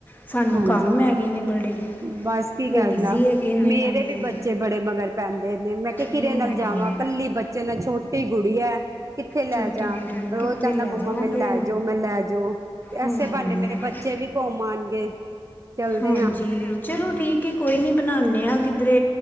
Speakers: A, on the left; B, on the right.
A: ਸਾਨੂੰ
B: ਹਾਂਜੀ-ਹਾਂਜੀ,
A: ਕੰਮ ਹੈਗੇ ਨੇ ਬੜੇ
B: ਬਸ ਕੀ
A: ਉਹ
B: ਕੇਂਦਾ,
A: ਬਿਜ਼ੀ ਹੈਗੇ ਨੇ
B: ਮੇਰੇ
A: ਬੰਦੇ
B: ਵੀ ਬੱਚੇ ਬੜੇ ਮਗਰ ਪੈਂਦੇ ਨੇ, ਮੈਂ ਕਿਆ
A: ਹਾਂ
B: ਕਿਦੇ ਨਾਲ ਜਾਵਾਂ, ਕੱਲੀ ਬੱਚੇ ਨੇ, ਛੋਟੀ ਗੁਡੀਆ ਐ। ਕਿੱਥੇ ਲੈ
A: ਛੋਟੀ
B: ਜਾ?
A: ਗੁੜੀ ਨੂੰ
B: ਰੋਜ਼
A: ਕਿੱਥੇ
B: ਕਹਿੰਦਾ
A: ਲੈ
B: ਮੰਮਾ
A: ਜਾਵਾਂ
B: ਮੈਨੂੰ
A: ਤੇ
B: ਲੈ ਜਾਓ, ਮੈਂ ਲੈ ਜਾਓ।
A: ਹਾਂ
B: ਐਸੇ ਬਾਨੇ ਮੇਰੇ ਬੱਚੇ ਵੀ ਕੁਮ ਆਣਗੇ। ਚਲਦੇ
A: ਹਾਂਜੀ
B: ਹਾਂ
A: ਚਲੋ ਠੀਕ ਏ, ਕੋਈ ਨੀ ਬਣਾਨੇ ਆ ਕਿਧਰੇ